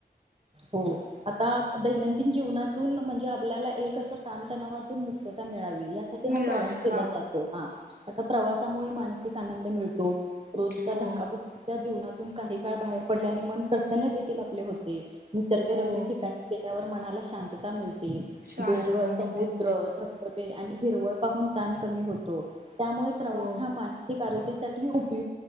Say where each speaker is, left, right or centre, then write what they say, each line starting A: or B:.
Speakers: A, on the right; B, on the right.
A: हो आता दैनंदिन जीवनात म्हणजे आपल्याला एक अस ताणतणावातून मुक्तता मिळावी. यासाठी
B: मिळावी
A: हा प्रवास केला
B: हा
A: जातो हा आता प्रवासामुळे मानसिक आनंद मिळतो रोजच्या
B: हो
A: धक्काबुकीच्या जीवनातून काही काळ बाहेर पडल्याने मन त्यांन देखील आपले होते. निसर्गरम्य
B: हो
A: ठिकाणी केल्यावर म्हणाला. शांतता मिळते
B: शांतता
A: डोंगर,
B: मिळते
A: समुद्र,
B: हो
A: धबधबे आणि हिरवळ पाहून ताण कमी होतो. त्यामुळे प्रवास
B: हो
A: हा मानसिक आरोग्य साठी उपय